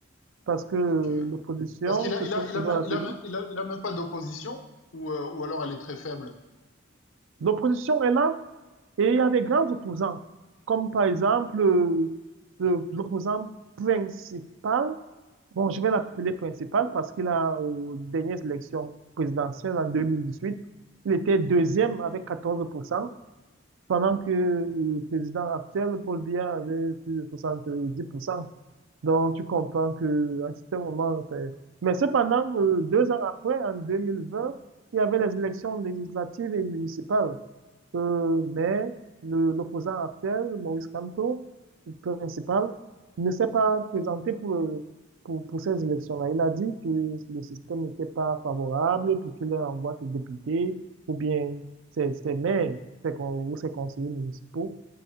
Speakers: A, on the right; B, on the left.
A: parce que l'opposition
B: Ok. Parce qu'il a,
A: se
B: il
A: trouve
B: a, il
A: toujours
B: a, même-
A: à la
B: il
A: télé.
B: a, même- il a, il a même pas d'opposition, ou, euh, ou alors elle est très faible.
A: L'opposition est là et il y a des grands opposants, comme par exemple euh, le- l'opposant principal. Bon, je vais l'appeler principal parce qu'il a, aux dernières élections présidentielles en 2018, il était deuxième avec 14%. Pendant que le président actuel, Paul Biya, avait plus de soixante-dix pour cent, Donc, tu comprends que à ce moment, c'est- mais cependant, euh, deux ans après, en 2020, il y avait les élections législatives et municipales. Euh, mais le- l'opposant actuel, Maurice Kamto, le principal, ne s'est pas présenté pour, le- pour, pour ces élections-là. Il a dit que le système n'était pas favorable pour qu'il envoie ses députés ou bien ses, ses maires ses con- ou ses conseillers municipaux.